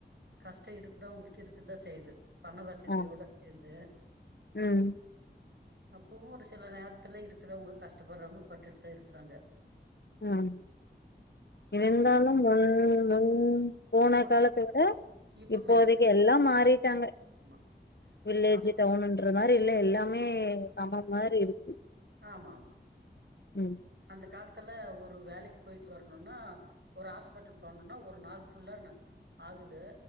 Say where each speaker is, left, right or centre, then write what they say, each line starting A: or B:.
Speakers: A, on the right; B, on the left.
A: கஷ்ட இருக்கிறவங்களுக்கு இருக்கதா செய்யுது பண வசதியோடு
B: ஆமா
A: இருந்து
B: ம்
A: அப்பவு ஒரு சில நேரத்துல இருக்கிறவங்க கஷ்டப்படுறவங்க பட்டுட்டு தா இருக்கறாங்க
B: ம் இருந்தாலு முன் முன் போன
A: முன்
B: காலத்த விட
A: இப்ப
B: இப்போதைக்கு
A: மேல்தா
B: எல்லா மாறிட்டாங்க
A: ஆமா
B: வில்லேஜ்ஜு
A: ஆ-
B: டவுனுன்ற மாரி இல்ல எல்லாமே சமம் மாரியிருக்கு
A: ஆமாமா
B: ம்
A: அந்த காலத்துல ஒரு வேலைக்கு போயிட்டு வரணும்ன்னா ஒரு ஹாஸ்பிட்டல் போனுனா ஒருநாள் ஃபுல்லா ஆகுது